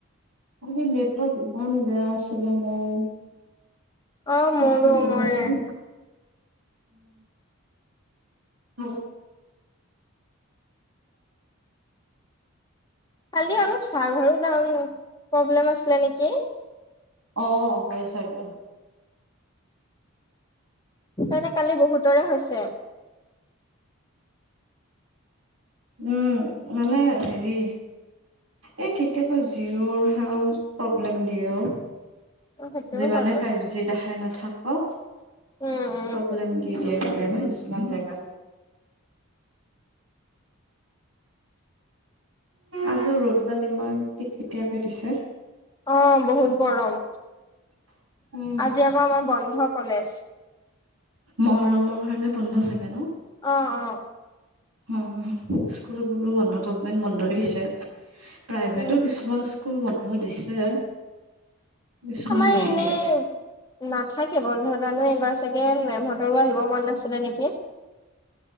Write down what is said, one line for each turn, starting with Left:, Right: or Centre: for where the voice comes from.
Right: খালি নেটৱৰ্ক ইমান বেয়া আছিলে মোৰ। হৈছে
Left: অ মোৰো
Right: ৰ'বা
Left: মোৰ
Right: চোন। অ
Left: কালি অলপ চাৰ্ভাৰো ডউন প্ৰব্লেম আছিলে নেকি?
Right: অ হৈ চাগে।
Left: তানে কালি বহুতৰে হৈছে।
Right: উম, মানে হেৰি এই কেতিয়াবা জিৰৰ হাও প্ৰব্লেম দিয়েও।
Left: অ সেইটোও
Right: যিমানে
Left: হয় বাৰু
Right: ফাইভ জি দেখাই নাথাকক
Left: উম উম
Right: প্ৰব্লেম দি দিয়ে। কিছুমান মান জেগাত। আজি ৰ'দডাল ইমান কেট কেটাকে দিছে।
Left: অ বহুত গৰম,
Right: উম,
Left: আজি আকৌ আমাৰ বন্ধ। ধ কলেজ।
Right: মৰমৰ কাৰণে বন্ধ চাগে ন।
Left: অ অ।
Right: অ, স্কুলবোৰো বন্ধ গভমেণ্ট বন্ধই দিছে আজি। প্ৰাইভেটো
Left: উম
Right: কিছুমান স্কুল বন্ধ দিছে। কিছুমান
Left: আমাৰ
Right: নাই
Left: এনে
Right: দিয়া
Left: নাথাকে বন্ধ জানো এইবাৰ চাগে মেমহঁতৰো আহিব মন নাছিলে নেকি?